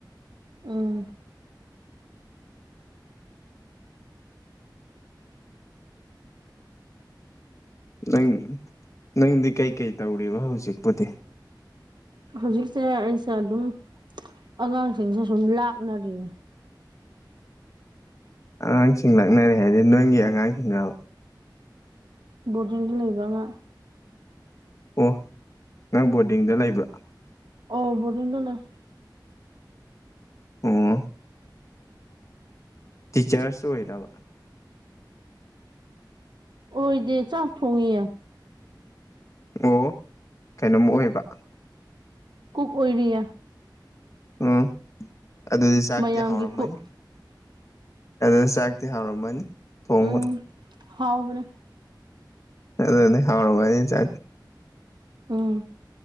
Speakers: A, on the right (about 70°); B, on the left (about 40°).
A: ꯎꯝ
B: ꯅꯪ ꯅꯪꯗꯤ ꯀꯩꯀꯩ ꯇꯧꯔꯤꯕ ꯍꯧꯖꯤꯛꯄꯨꯗꯤ
A: ꯍꯧꯖꯤꯛꯅ ꯑꯩꯁꯦ ꯑꯗꯨꯝ ꯑꯉꯥꯡꯁꯤꯡꯁꯦ ꯁꯨꯝ ꯂꯥꯛꯅꯔꯤꯅꯤ
B: ꯑꯉꯥꯡꯁꯤꯡ ꯂꯥꯛꯅꯔꯤ ꯍꯥꯏꯗꯤ ꯅꯪꯒꯤ ꯑꯉꯥꯡꯁꯤꯡꯔꯥꯕ
A: ꯕꯣꯔꯗꯤꯡꯗ ꯂꯩꯕ ꯑꯉꯥꯡ
B: ꯑꯣ ꯅꯪ ꯕꯣꯔꯗꯤꯡꯗ ꯂꯩꯕ꯭ꯔꯥ
A: ꯑꯣ ꯕꫭꯔꯗꯤꯡꯗ ꯂꯩ
B: ꯎꯝ ꯇꯤꯆꯔꯁ ꯑꯣꯏꯔꯥꯕꯥ
A: ꯑꯣꯏꯗꯦ ꯆꯥꯛ ꯊꯣꯡꯉꯤꯌꯥ
B: ꯑꯣ ꯀꯩꯅꯣꯝꯃ ꯑꯣꯏꯕ
A: ꯀꯨꯛ ꯑꯣꯏꯔꯤꯌꯥ
B: ꯎꯝ ꯑꯗꯨꯗꯤ ꯆꯥꯛꯇꯤ
A: ꯃꯌꯥꯝꯒꯤ
B: ꯍꯥꯎꯔꯝꯃꯅꯤ
A: ꯀꯨꯛ
B: ꯑꯗꯨꯅ ꯆꯥꯛꯇꯤ ꯍꯥꯎꯔꯝꯃꯅꯤ ꯊꯣꯡꯕ
A: ꯎꯝ ꯍꯥꯎꯕꯅꯦ
B: ꯑꯗꯨꯗꯤ ꯈꯥꯎꯔ ꯆ
A: ꯎꯝ